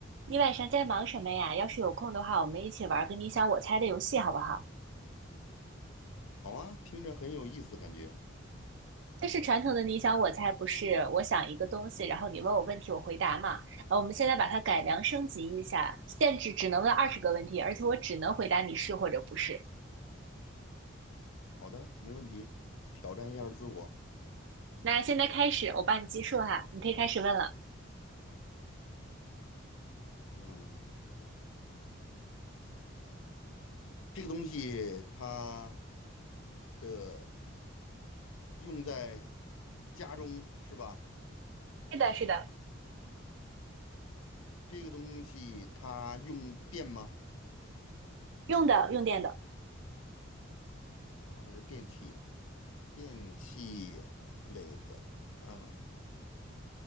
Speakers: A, on the right; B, on the left.
A: 你晚上在忙什么呀？要是有空的话，我们一起玩儿个你想我猜的游戏，好不好？
B: 好啊，听着很有意思，感觉。
A: 就是传统的你想我猜，不是我想一个东西，然后你问我问题，我回答嘛。呃，我们现在把它改良升级一下，限制只能问二十个问题，而且我只能回答你是或者不是。
B: 好的，没问题，挑战一下自我。
A: 那现在开始，我帮你计数哈，你可以开始问了。
B: 嗯，这个东西它的用在家中是吧？
A: 是的，是的，
B: 这个东西它用电吗？
A: 用的，用电的，
B: 啊，那是电器，电器类的啊。